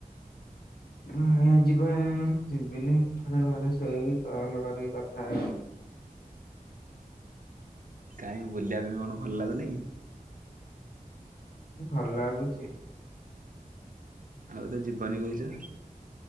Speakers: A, on the left; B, on the right.
A: ହୁଁ ହୁଁ ଆଜି କୁଆଡେ ଯିବିନି ମୁଁ ଘରେ ଶୋଇବି କଲ୍ କରିକି କଥା ହେବି।
B: କାଇଁ ବୁଲିବା ପାଇଁ କଣ ଭଲ ଲାଗୁନି
A: ଭଲ ଲାଗୁଛି
B: ଆଉ ତ ଯିବନି କହୁଚ।